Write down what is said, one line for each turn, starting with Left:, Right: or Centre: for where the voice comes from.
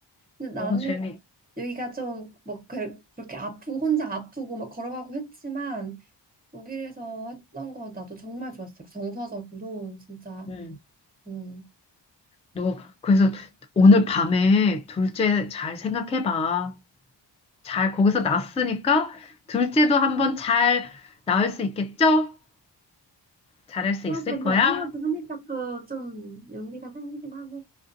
Right: 근데 나는
Left: 너무 재미,
Right: 여기가 좀뭐 그, 그렇게 아프고 혼자 아프고 막 걸어가고 했지만 독일에서 했던 거 나도 정말 좋았어요. 그 정서적으로 진짜
Left: 응.
Right: 음.
Left: 너, 그래서 오늘 밤에 둘째 잘 생각해봐. 잘, 거기서 낳았으니까, 둘째도 한번 잘 낳을 수 있겠죠? 잘할 수
Right: 아,
Left: 있을
Right: 근데
Left: 거야?
Right: 어디 가서 하니까 또 좀 용기가 생기긴 하네.